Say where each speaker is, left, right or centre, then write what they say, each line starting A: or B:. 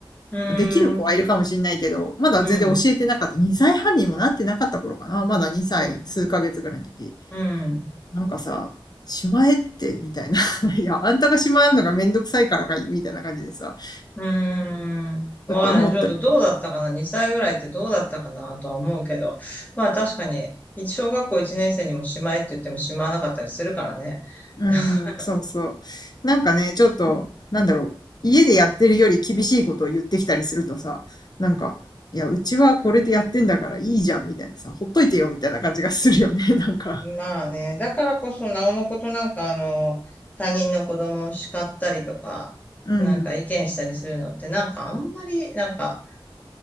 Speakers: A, on the left; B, on the left.
A: うん、
B: まあできる子はいるかもしれないけど、まだ全然教えてなかった。
A: うん、
B: 2歳半にもなってなかった頃かな。まだ2歳数ヶ月ぐらいの時。
A: うん、うん。
B: なんかさ、しまえって、みたいな。<laughs> いや、あんたがしまえるのがめんどくさいからかい、みたいな感じでさ、ち
A: うーん。わかんない。
B: ょっと思ったり
A: ちょっとどうだったかな ?2 歳ぐらいってどうだったかなとは思うけど。まあ確かに、一小学校1年生にもしまいって言ってもしまわなかったりするからね。
B: うん、
A: <laughs>
B: そうそう。なんかね、ちょっと、
A: うん
B: なんだろう。家でやってるより厳しいことを言ってきたりするとさ、なんか、いや、うちはこれでやってんだからいいじゃん、みたいなさ、ほっといてよ、みたいな感じがするよね、<laughs> なんか。
A: まあね。だからこそ、なおのことなんかあの、他人の子供を叱ったりとか、
B: うん。
A: なんか意見したりするのってなんかあんまりなんか